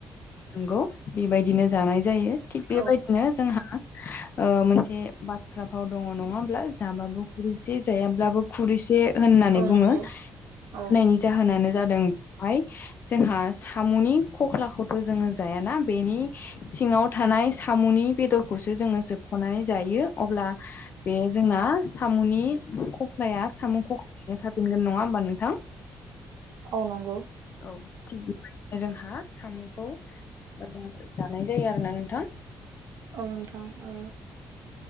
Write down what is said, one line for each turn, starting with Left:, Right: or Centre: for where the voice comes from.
Left: नंगौ बेबायदिनो जानाय जायो थिग बेबायदिनो
Right: औ
Left: जोंहा मोनसे बा बाथ्रा फाव दङ नङा होमब्ला जाबाबो खुरैसे जायाब्लाबो खुरैसे होननानै
Right: औ
Left: बुङो
Right: नंगौ औ
Left: होनायनि जाहोनानो जादों बेहाय जोंहा साम'नि खख्लाखौ खौ जोङो जायाना बेनि सिङाव थानाय साम'नि बेदरखौसो जोङो सोबख'नानै जायो । यो अब्ला बे जोंना साम'नि खख्लाया साम' खख्लायैनो थाफिनगोन ना नङा होमबा नोंथां?
Right: औ नंगौ।
Left: औ थिग बेबादिनो जोंहा साम'खौ जानाय जायो आरो ना नोंथां।
Right: औ नोंथां औ